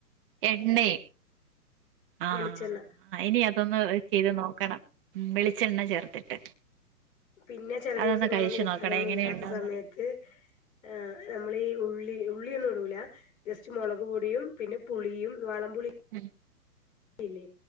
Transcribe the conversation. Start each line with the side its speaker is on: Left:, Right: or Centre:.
Right: എണ്ണ ആഹ്
Left: വെളിച്ചെണ്ണ
Right: ആ ഇനി അതൊന്ന് ചെയ്ത് നോക്കണം വെളിച്ചെണ്ണ ചേർത്തിട്ട്
Left: പിന്നെ ചില
Right: അതൊന്ന്
Left: ദിവസങ്ങള്
Right: കഴിച്ചു
Left: കൂട്ടാലൊന്നും
Right: നോക്കണേ എങ്ങനെയുണ്ടോന്നറിയാൻ
Left: ഇല്ലാത്ത സമയത്ത് ആഹ് നമ്മളീ ഉള്ളി ഉള്ളിയൊന്നും ഇടുല ജസ്റ്റ് മുളക് പൊടിയും പിന്നെ പുളിയും വാളം പുളി
Right: ഉം
Left: ഇല്ലെ